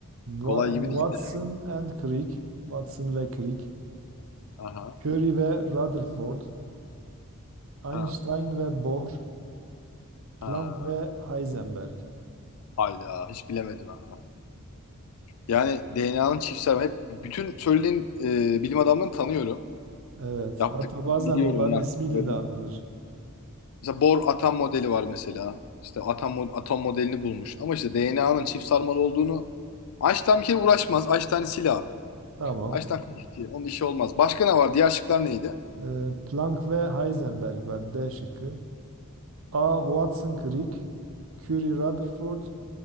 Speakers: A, on the right (about 65°); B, on the left (about 70°).
A: Wa-
B: Kolay gibi değil
A: Watson
B: de.
A: and Crick. Watson ve Crick.
B: Aha.
A: Curie ve Rutherford. Einstein
B: Ha.
A: ve Bohr. Planck
B: Ha.
A: ve Heisenberg.
B: Hayda. Hiç bilemedim ha. Yani DNA'nın çiftsel hep bütün söylediğin e, bilim adamlarını tanıyorum.
A: Evet.
B: Yaptıklarını
A: Hatta bazen
B: biliyorum
A: onların
B: ne yaptıklarını.
A: ismiyle de anılır.
B: Mesela Bohr atom modeli var mesela. İşte atom mo- atom modelini bulmuş. Ama işte DNA'nın çift sarmal olduğunu Einstein bir kere uğraşmaz. Einstein'ı sil abi.
A: Tamam.
B: Einstein fizikçi. Onun işi olmaz. Başka ne var? Diğer şıklar neydi?
A: Ee, Planck ve Heisenberg var D şıkkı. A. Watson Crick Curie Rutherford